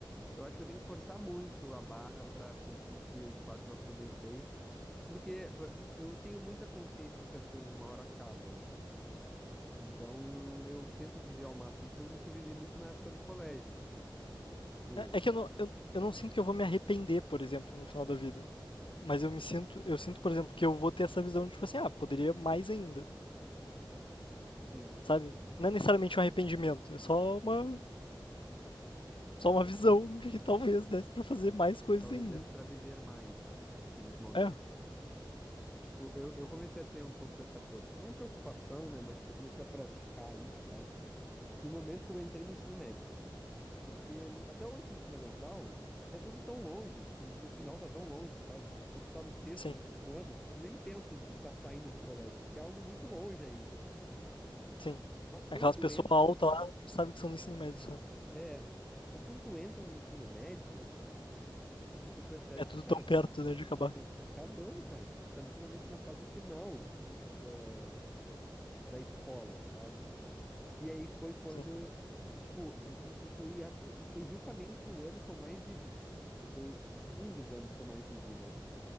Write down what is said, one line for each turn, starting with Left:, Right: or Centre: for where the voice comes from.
Centre: eu acho que eu tenho que forçar muito a barra pra sentir que eu de fato não aproveitei, porque pra- eu tenho muita consciência de que as coisas uma hora acabam. Então, eu tento viver ao máximo. Isso, eu- isso eu vivi muito na época do colégio, assim. Tipo,
Left: É é que eu não, eu, eu não sinto que eu vou me arrepender, por exemplo, no final da vida. Mas eu me sinto, eu sinto, por exemplo, que eu vou ter essa visão de tipo assim, ah, poderia mais ainda,
Centre: sim,
Left: sabe? Não é necessariamente um arrependimento, é só uma, só uma visão de que talvez desse pra fazer mais coisas
Centre: talvez
Left: ainda.
Centre: desse pra viver mais aqueles momentos.
Left: É,
Centre: Tipo, eu, eu comecei a ter um pouco essa, preo- não preocupação, né? Mas, tipo, eu comecei a praticar isso, vai. No momento que eu entrei no ensino médio. Porque até o ensino fundamental é tudo tão longe, tipo, o final tá tão longe, sabe? Tipo, quando tu tá no sexto,
Left: sim,
Centre: sétimo ano, tipo, nem pensa de estar saindo do colégio, porque é algo muito longe ainda.
Left: sim.
Centre: Mas quando
Left: Aquelas
Centre: tu
Left: pessoas
Centre: entra,
Left: altas lá não sabem que são no ensino médio só.
Centre: é, mas quando tu entra no ensino médio, tipo, tu percebe
Left: É tudo
Centre: que, cara,
Left: tão perto, né, de
Centre: o
Left: acabar.
Centre: teu tempo tá acabando, cara. Tipo, tu tá literalmente na fase final da, da escola, sabe? E aí foi quando.
Left: Sim,
Centre: E, tipo, e, e e foi, a- e foi justamente o ano que eu mais vivi. Foi um dos anos que eu mais vivi, né?